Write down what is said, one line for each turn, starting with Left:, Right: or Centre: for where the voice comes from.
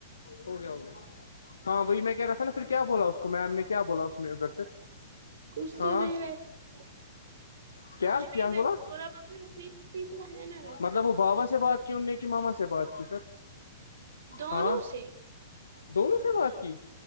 Left: ہو گیا ہو گیا ہاں وہی میں کہ رہ تھاا پھر کیا بولا اس کو میم نے کیا بولا اس میں ادھر پھر
Right: کچھ
Left: ہاں
Right: تو نہیں بی
Left: کیا
Right: کچھ نہیں
Left: کیا
Right: ویسے
Left: بولا
Right: ب مگر پچ س تو ہے نا ویسے
Left: مطلب وہ بابا سے بات کی ان نے کہ ماما سے بات کی پھر
Right: دونوں
Left: ہاں
Right: سے
Left: دونوں سے بات کی